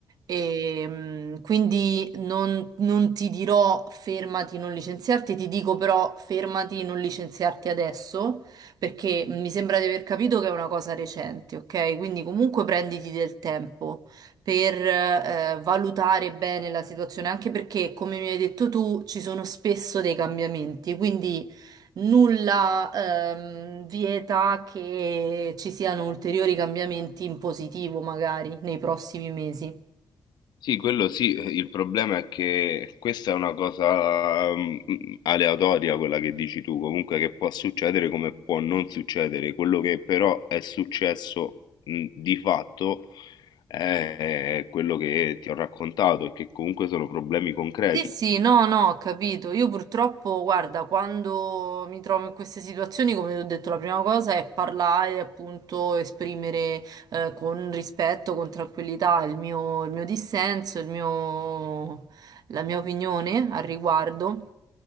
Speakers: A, on the right; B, on the left.
A: E, mh, quindi non, non ti dirò fermati, non licenziarti, ti dico però fermati, non licenziarti adesso, perché mi sembra di aver capito che è una cosa recente, ok? Quindi comunque prenditi del tempo per eh, valutare bene la situazione, anche perché, come mi hai detto tu, ci sono spesso dei cambiamenti, quindi nulla ehm, vieta che ci siano ulteriori cambiamenti in positivo magari nei prossimi mesi.
B: Sì, quello sì, eh, il problema è che questa è una cosa mm, mm, aleatoria, quella che dici tu, comunque che può succedere come può non succedere. Quello che però è successo mm, di fatto è quello che ti ho raccontato e che comunque sono problemi concreti.
A: Sì, sì, no, no, ho capito. Io purtroppo, guarda, quando mi trovo in queste situazioni, come ti ho detto, la prima cosa è parlare, appunto, esprimere eh, con rispetto, con tranquillità il mio, il mio dissenso, il mio- la mia opinione al riguardo.